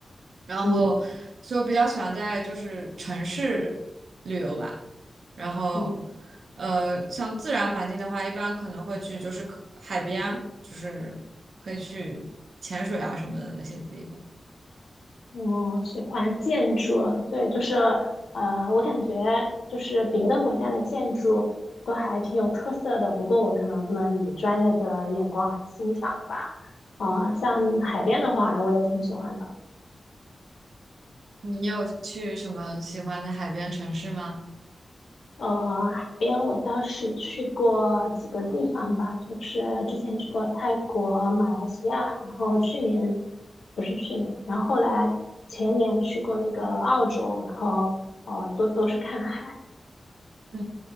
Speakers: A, on the right (about 75°); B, on the left (about 85°).
A: 然后所以我比较喜欢在就是城市旅游吧。
B: 嗯
A: 然后
B: 嗯，
A: 呃，像自然环境的话，一般可能会去就是可海边，就是可以去潜水啊什么的那些地方。
B: 我喜欢建筑，对，就是呃，我感觉就是别的国家的建筑都还挺有特色的，不过我可能不能以专业的眼光来欣赏吧。啊、像海边的话，我也挺喜欢的。
A: 你有去什么喜欢的海边城市吗？
B: 呃，海边我倒是去过几个地方吧，就是之前去过泰国、马来西亚，然后去年不是去年，然后后来前年去过那个澳洲，然后呃，都都是看海。
A: 嗯，